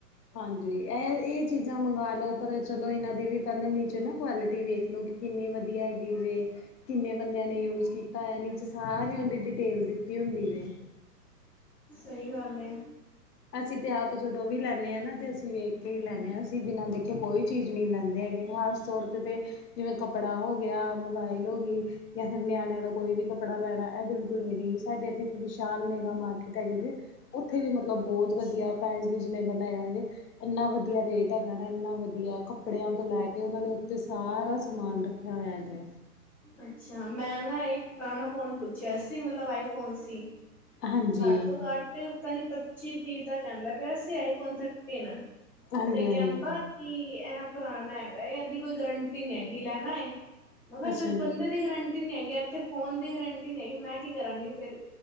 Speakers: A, on the left (about 75°); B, in the centre.
A: ਹਾਂਜੀ ਐ ਇਹ ਚੀਜ਼ਾਂ ਮੰਗਵਾ ਲੋ ਪਰ ਚਲੋ ਇਹਨਾਂ ਦੀ ਵੀ ਪਹਿਲਾਂ ਨੀਚੇ ਨਾ ਕੁਆਲਿਟੀ ਵੇਖ ਲਈ ਕਿੰਨੀ ਵਧੀਆ ਹੈਗੀ ਜੇ ਕਿੰਨੇ ਬੰਦਿਆਂ ਨੇ ਯੂਜ਼ ਕੀਤਾ ਐ ਨੀਚੇ ਸਾਰਿਆ ਦੀ ਡਿਟੇਲ ਦਿੱਤੀ ਹੁੰਦੀ ਜੇ
B: ਸਹੀ ਗੱਲ ਏ
A: ਅਸੀਂ ਤੇ ਆਪ ਜਦੋਂ ਵੀ ਲੈਂਨੇ ਆਂ ਨਾ ਤੇ ਅਸੀਂ ਵੇਖ ਕੇ ਹੀ ਲੈਂਨੇ ਆਂ ਅਸੀਂ ਬਿਨਾਂ ਦੇਖੇ ਕੋਈ ਚੀਜ਼ ਨੀ ਲੈਂਦੇ ਹੈਗੇ <unintelligible> ਤੋਰਤ ਤੇ <unintelligible> ਜਿਵੇਂ ਕੱਪੜਾ ਹੋ ਗਿਆ ਮੋਬਾਇਲ ਹੋ ਗੀ ਯਾ ਫਿਰ ਨਿਆਣਿਆਂ ਦਾ ਕੋਈ ਵੀ ਕੱਪੜਾ ਲੈਣਾ ਐ ਬਿਲਕੁਲ ਵੀ ਨੀ ਸਾਡੇ ਇੱਥੇ ਇੱਕ ਵਿਸ਼ਾਲ ਮੇਗਾ ਮਾਰਕੀਟ ਹੈਗੀ ਜੇ ਉੱਥੇ ਵੀ ਮਤਲਬ ਬਹੁਤ
B: ਅੱਛਾ
A: ਵਧੀਆ ਪ੍ਰਾਈਜ਼ ਵੀ ਜਿੰਨੇ ਬਨਾਇਆ ਵੇ ਐਨਾ ਵਧੀਆ ਰੇਟ ਹੈਗਾ ਨਾ ਐਨਾ ਵਧੀਆ ਕੱਪੜਿਆਂ ਤੋਂ ਲੈ ਕੇ ਉਹਨਾਂ ਨੇ ਉੱਤੇ ਸਾਰਾ ਸਮਾਨ ਰੱ ਹੋਇਆ ਜੇ
B: ਅੱਛਾ ਮੈਂ ਨਾ ਇੱਕ ਪਰਾਣਾ ਫੋਨ ਪੁੱਛਿਆ ਸੀ ਮਲਬ ਆਈਫੋਨ ਸੀ
A: ਹਾਂਜੀ
B: ਘੱਟ ਤੋਂ ਘੱਟ ਪਤਾ ਨੀ ਪੱਚੀ ਤੀਹ ਦਾ ਕਹਿੰਦਾ ਪਿਆ ਸੀ ਆਈਫੋਨ ਥਟੀਨ
A: ਹਾਂਜੀ
B: ਤੇ ਕਹਿੰਦਾ
A: ਹਾਂਜੀ
B: ਕਿ ਇਹ ਪੁਰਾਣਾ ਹੈਗਾ ਏ ਐਦੀ ਕੋਈ ਗਰੰ ਟੀ ਨੀ ਹੈਗੀ ਲੈਣਾ ਐ ਓ ਨਾ
A: ਅੱਛਾ
B: ਜਬ
A: ਜੀ
B: <unintelligible> ਐਥੇ ਫੋਨ ਦੀ ਗਰੰਟੀ ਨੀ ਹੈਗੀ ਮੈਂ ਕੀ ਕਰਾਂਗੀ ਫੇਰ